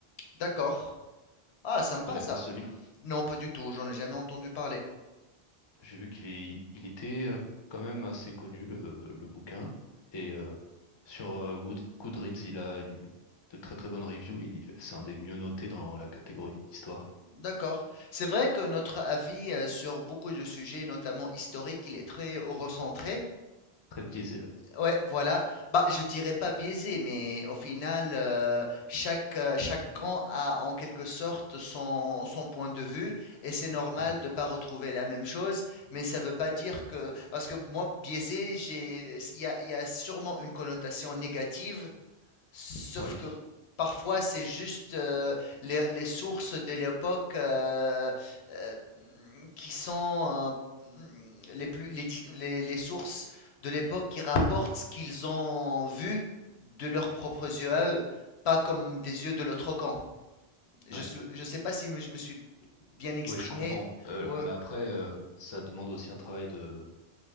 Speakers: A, on the left; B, on the left.
A: D'accord. Ah, sympa
B: Tu connais
A: ça.
B: pas ce livre?
A: Non, pas du tout, j'en ai jamais entendu parler.
B: J'ai vu qu'il est- il était euh, quand même assez connu, le, le bouquin. Et euh, sur euh, Good- Goodreads, il a une- de très très bonnes reviews. Il, c'est un des mieux notés dans la catégorie histoire.
A: D'accord. C'est vrai que notre avis euh, sur beaucoup de sujets, notamment historiques, il est très recentré.
B: Très biaisé, ouais.
A: Ouais, voilà. Bah, je dirais pas biaisé, mais au final, euh, chaque, euh, chaque camp a en quelque sorte son, son point de vue, et c'est normal
B: Ouais,
A: de pas retrouver la même chose, mais ça veut pas dire que, parce que moi, biaisé, j'ai, il y a, il y a sûrement une connotation négative, Sauf
B: ouais,
A: que parfois, c'est juste, heu, les les sources de l'époque, heu heu, mmh, qui sont, heu, mmh, les plus les di les les sources de l'époque qui rapportent ce qu'ils ont vu de leurs propres yeux à eux, pas comme des yeux de l'autre camp. Je
B: ouais.
A: se je sais pas si je me suis bien exprimé?
B: Oui, je comprends. Euh,
A: Ouais,
B: mais après, euh, ça demande aussi un travail de,